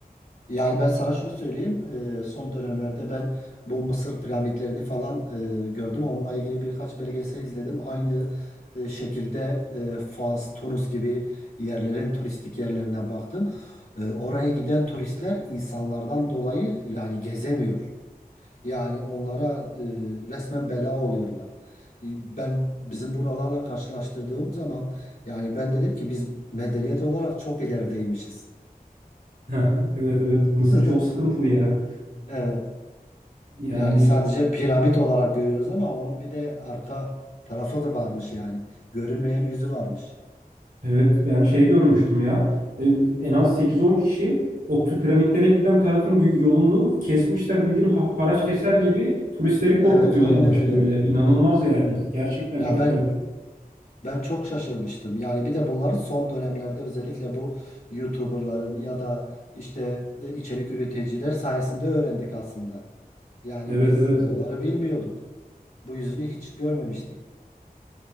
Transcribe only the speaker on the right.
<laughs> Evet evet Mısır
çok sıkıntılı ya.
Yani
evet ben şey görmüştüm ya. E, En az sekiz on kişi o p- piramitlere giden tarafın y- yolunu kesmişler bildiğin ha- haraç keser gibi turistleri korkutuyorlarmış
böyle. İnanılmaz yani ya. Gerçekten
çok
garip.
Evet
evet.